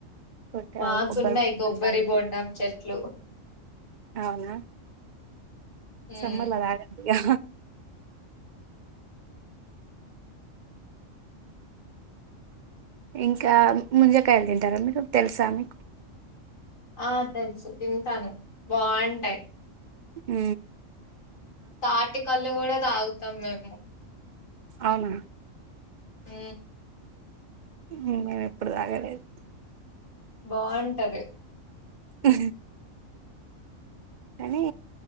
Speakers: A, on the right; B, on the left.
A: కొట్టేవాళ్ళు
B: మాకున్నాయి
A: కొబ్బరి బొండాలు
B: కొబ్బరి
A: తాగుతాం
B: బోండాం చెట్లు
A: అవునా
B: ఉమ్
A: సంమ్బర్ అద వో ఇంకా ముంజకాయలు తింటారా మీకు తెలుసా మీకు
B: ఆ తెలుసు తింటాను బాగుంటాయి
A: ఉ
B: తాటికల్లుు కూడా తాగుతాం మేము
A: అవునా
B: ఉ
A: మేము ఎప్పుడు తాగలేదు
B: బాగుంటది
A: ఆ కానీ